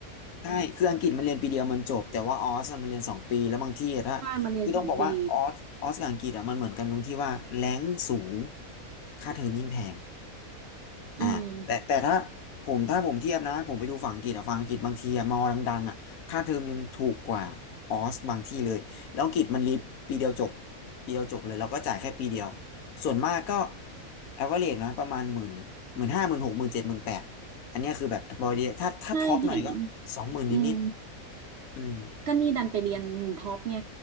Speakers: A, on the left; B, on the right.
A: ใช่คืออังกฤษมันเรียนปีเดียวมันจบแต่ว่าออสอะมันเรียนสองปีแล้วบางที่อะถ้าคือต้องบอกว่าออสออสกับอังกฤษอ่ะมันเหมือนกันตรงที่ว่าแรงสูง
B: ใช่มาเรียนสองปี
A: ค่าเทอมยิ่งแพง
B: อืม
A: อ่าแต่แต่ถ้าผมถ้าผมเทียบนะผมไปดูฝั่งอังกฤษอะฝั่งอังกฤษบางทีอะมอดังๆอะค่าเทอมยังถูกกว่าออสบางที่เลยแล้วอังกฤษมันรีบปีเดียวจบปีเดียวจบเลยแล้วก็จ่ายแค่ปีเดียวส่วนมากก็ average นะประมาณหมื่นหมื่นห้าหมื่นหกหมื่นเจ็ดหมื่นแปดอันเนี้ยคือแบบพอดีถ้าถ้าท็อปหน่อยก็สองหมื่นนิด
B: ใช่เห็นอืม
A: ๆอืม
B: ก็นี่ดันไปเรียนท็อปไง